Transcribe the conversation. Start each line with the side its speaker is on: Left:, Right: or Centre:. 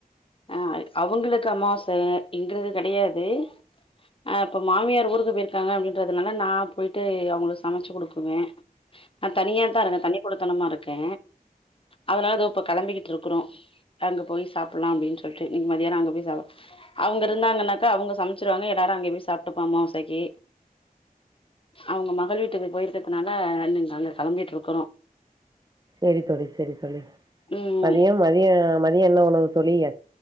Left: அ அவங்களுக்கு அம்மாவாச எங்களுக்கு கெடையாது அ இப்ப மாமியார் ஊருக்கு போயிருக்காங்க அப்டின்றதுனால நா போயிட்டு அவங்களுக்கு சமைச்சு குடுக்குவே ஆ தனியாதா இருந்த தனியா தனமா இருக்கே அதனால இதோ இப்ப கெளம்பிட்டு இருக்கறோம் அங்க போய் சாப்புட்லாம் அப்டினு சொல்ட்டு இன் மத்யானோ அங்க போய் சாவ அவங்க இருந்தாங்கன்னாக்கா அவங்க சமைச்சிருவாங்க எல்லாரும் அங்க போய் சாப்ட்டுப்பாமோசைக்கு அவங்க மகள் வீட்டுக்கு போயிற்கதுனால நீங்க அங்க கெளம்பிட்டு இருக்கறோ
Right: சரி தோழி சரி தோழி
Left: ம்
Right: மதியம் மதிய மதிய என்ன உணவு தோழிய